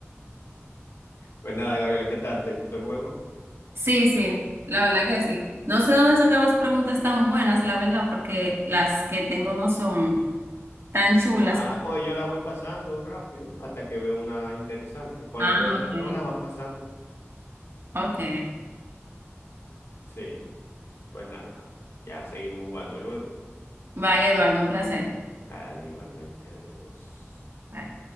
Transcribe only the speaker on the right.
Sí, sí, la verdad que sí. No sé dónde sacabas preguntas tan buenas, la verdad, porque las que tengo no son tan chulas.
Ah,
ok.
Ok.
Bye, Eduardo, un placer.
Bye.